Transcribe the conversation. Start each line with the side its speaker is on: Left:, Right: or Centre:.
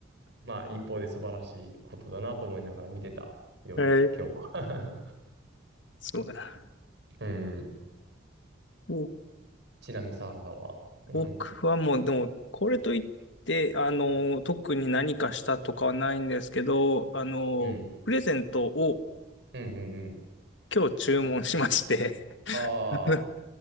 Right: う、まあ、一方で素晴らしいことだなと思いながら見てたよ、
Left: い。
Right: 今日は。
Left: そうだ。
Right: <laughs> うん。
Left: 僕、
Right: ちなみに、サ原さんは。うん。
Left: 僕はもう、でも、これといって、あの、特に何かしたとかはないんですけど、あの、
Right: うん。
Left: プレゼントを
Right: うん。うんうん。
Left: 今日注文しまして
Right: ああ、
Left: <laughs>